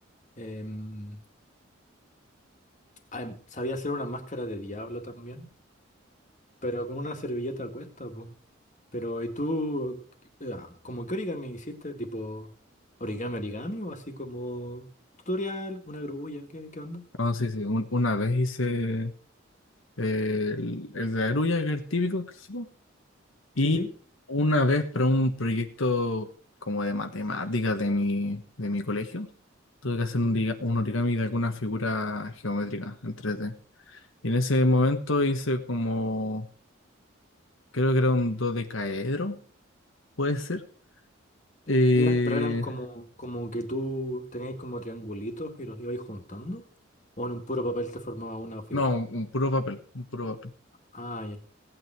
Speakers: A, on the left (about 35°); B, on the left (about 75°).
A: em, ah, em, sabía hacer una máscara de diablo también. Pero con una servilleta a cuesta, pues. Pero, ¿y tú, eh, ah, como qué origami hiciste? ¿Tipo origami, origami? ¿O así como tutorial, una grulla? ¿Qué, qué onda?
B: No, sí, sí. un- una vez hice eh, el, el de la grulla, que es el típico, que hicimos, y
A: Sí, sí.
B: una vez para un proyecto como de matemáticas de mi, de mi colegio, tuve que hacer un,
A: Mm.
B: origa- un origami de alguna figura geométrica en tres d Y en ese momento hice como, creo que era un dodecaedro, puede ser. Eh,
A: Eh, eran, pero eran como, como que tú tenías como triangulitos y los ibais juntando. ¿O en un puro papel te formaba una figura?
B: no, un puro papel, un puro papel.
A: Ah, ya.